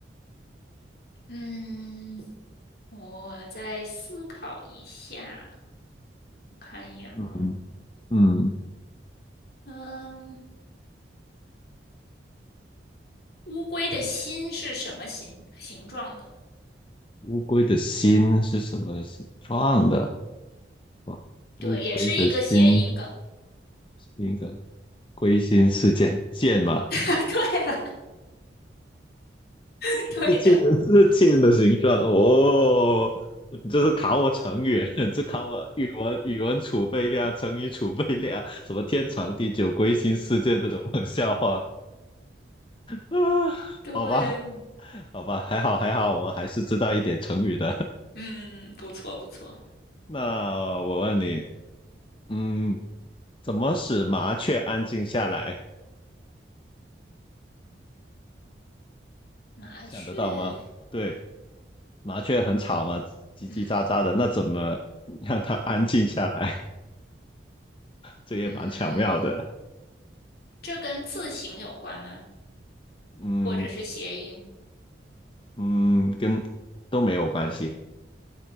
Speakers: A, on the left; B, on the left.
A: 嗯，我再思考一下，我看一眼哈。
B: 嗯嗯，
A: 嗯，乌龟的心是什么形形状的？
B: 乌龟的心是什么形状的？哇，乌龟的心，
A: 对，也是一个谐音梗。
B: 一个龟心事件，剑嘛，
A: <laughs> 对了，<laughs> 对的，
B: 是贱人，<laughs> 是贱的形状哦。你这是考我成语，<laughs> 这考我语文语文储备量、成语储备量，什么天长地久、归心似箭这种冷笑话啊？
A: 对，
B: 好吧，好吧，还好还好，我还是知道一点成语的。<laughs>
A: 嗯，不错不错。
B: 那我问你，嗯，怎么使麻雀安静下来？
A: 麻雀，
B: 想得到吗？对，麻雀很吵嘛，叽叽喳喳的，
A: 嗯
B: 那怎么让它安静下来？<laughs> 这也蛮巧妙的。
A: 嗯，这跟字形有关吗？
B: 嗯，
A: 或者是谐音？
B: 嗯，跟都没有关系，